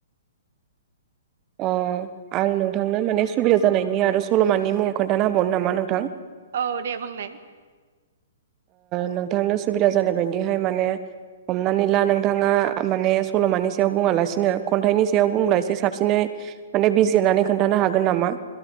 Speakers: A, on the right (about 30°); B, on the right (about 55°).
A: अ आं नोंथांनो माने सुबिदा जानायनि आरो सल'मानि मुंङाव खोन्थानो हाबावनो नामा नोंथां
B: औ दे बुंलाय
A: नोंथांनो सुबिदा जानाय बायदिहाय माने हमनानै ला नोंथाङा माने सल'मानि सायाव बुंङा लासिनो खन्थाइनि सायाव बुंलासे साबसिनै माने बिजिरनानै खोन्थानो हागोन नामा?